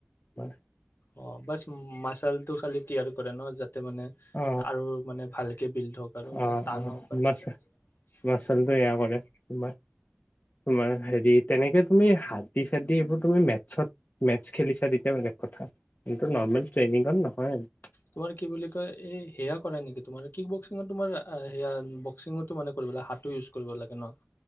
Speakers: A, on the left; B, on the left.
A: <unintelligible>
B: অ বাছ মাচালটো খালি তিয়াৰ কৰে ন যাতে মানে
A: অ
B: আৰু মানে ভালকে বিল্ড হওঁক আৰু মানে
A: অ
B: টান
A: অ
B: হওঁক আৰু <unintelligible>
A: মাছ মাচলটো এয়া কৰে তোমাৰ তোমাৰ হেৰিত <unintelligible> তেনেকে হাত চাদ দি এইবোৰ তুমি মেথছত মেছ খেলিছা তেতিয়া বেলেগ কথা কিন্তু নৰ্মেল ট্ৰেইনিঙত নহয় <unintelligible>
B: তোমাৰ কি বুলি কয় এই সেয়া কৰা নেকি তোমাৰ কি বক তোমাৰ সেয়া বক্সিঙতো মানে কৰিব লাগে হাতটো ইউজ কৰিব লাগে ন।